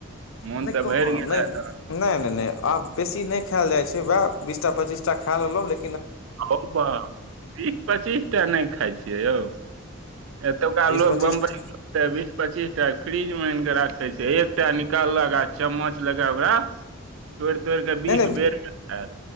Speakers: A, on the right; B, on the left.
A: मोन
B: नहि
A: तऽ
B: कहाँ
A: भरि गेल
B: नहि
A: हेत
B: नहि नहि नहि आब बेसी नहि खायल जाइत छै उएह बीस टा पचीसटा खा लेलहुँ ले
A: हौ बाह बीस पच्चीस टा नहि खाइ छियै यौ एतुका
B: बीस
A: लोग
B: पच्चीस
A: बम्बई
B: टा
A: बीस पच्चीस टा फ्री मन के राखे छै एकटा निकाललक आ चम्मच लके ओकरा तोड़ि तोड़ि कऽ बीस
B: नहि
A: बेर खायत